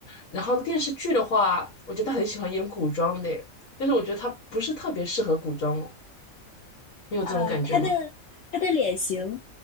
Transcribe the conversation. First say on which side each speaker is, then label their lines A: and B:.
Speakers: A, on the left; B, on the left.
A: 然后电视剧的话，我觉得他很喜欢演古装的耶但是我觉得他不是特别适合古装哦，你有这种感觉吗？
B: 呃，她的她的脸型